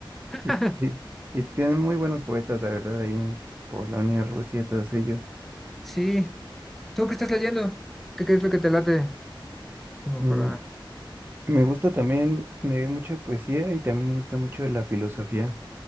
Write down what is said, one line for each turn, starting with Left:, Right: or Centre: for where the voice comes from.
Centre: <laughs>
Right: Y, y- y tienen muy buenos poetas, la verdad, ahí en Polonia, Rusia, todos ellos.
Centre: Sí, ¿tú qué estás leyendo? ¿Qué, qué es lo que te late? Como
Right: Mm,
Centre: para...
Right: me gusta también leer mucha poesía y también me gusta mucho la filosofía.